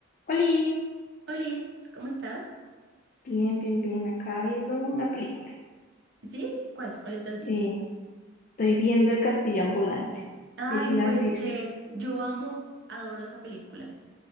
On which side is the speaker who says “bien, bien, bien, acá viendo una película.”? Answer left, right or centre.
Left